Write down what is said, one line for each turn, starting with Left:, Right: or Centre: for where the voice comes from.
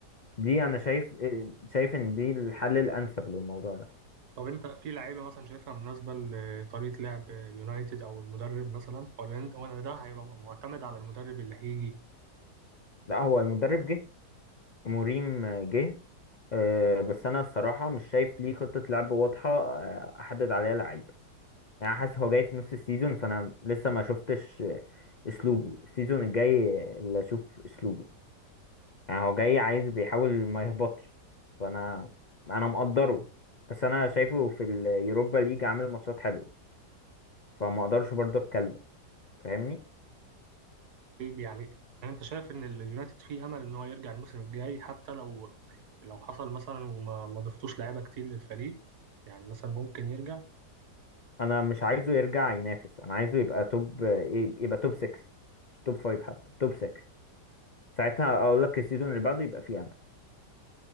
Left: دي أنا شايف آه، شايف إن دي الحل الأنسب للموضوع ده
Right: طب انت في لعيبة مثلا شايفها مناسبة لطريقة لعب اليونايتد او المدرب مثلا ولا انت ولا ده هيبقى معتمد على المدرب اللي هيجي
Left: لا هو المدرب جه ومريم جه آه، بس انا الصراحه مش شايف ليه خطه لعب واضحه آه، احدد عليها لعيبه يعني حاسس هو جاي في نص السيزون فانا لسه ما شفتش آه، اسلوبه السيزون الجاي آه، اللي اشوف اسلوبه يعني هو جاي عايز بيحاول ما يهبطش فانا انا مقدره بس انا شايفه في اليوروبا ليج عامل ماتشات حلوه فما اقدرش برضه اتكلم فاهمني
Right: طيب يعني يعني انت شايف ان اليونايتد فيه امل ان هو يرجع الموسم الجاي حتى لو لو حصل مثلا وما ما ضفتوش لعيبة كتير للفريق يعني مثلا ممكن يرجع
Left: انا مش عايزه يرجع ينافس انا عايزه يبقى توب آه، يبقى توب 6 مش توب 5 حتى توب 6 ساعتها اقول لك السيزون اللي بعده يبقى فيه